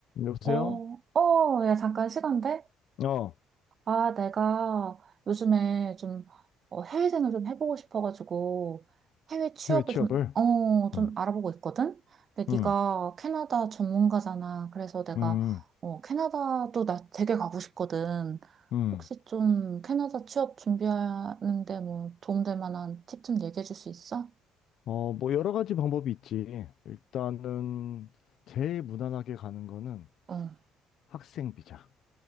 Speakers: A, on the left; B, on the right.
A: 여보세요?
B: 어, 어, 야, 잠깐 시간 돼?
A: 어,
B: 아, 내가 요즘에 좀 어, 해외생을 좀 해보고 싶어가지고 해외 취업을
A: 해외 취업을?
B: 좀, 어, 좀
A: 음,
B: 알아보고 있거든? 근데
A: 음,
B: 네가 캐나다 전문가잖아. 그래서 내가
A: 음,
B: 어, 캐나다도 나 되게 가고 싶거든.
A: 음.
B: 혹시 좀 캐나다 취업 준비하는데 뭐 도움될 만한 팁 좀 얘기해 줄 수 있어?
A: 어, 뭐 여러 가지 방법이 있지. 일단은 제일 무난하게 가는 거는
B: 어.
A: 학생 비자.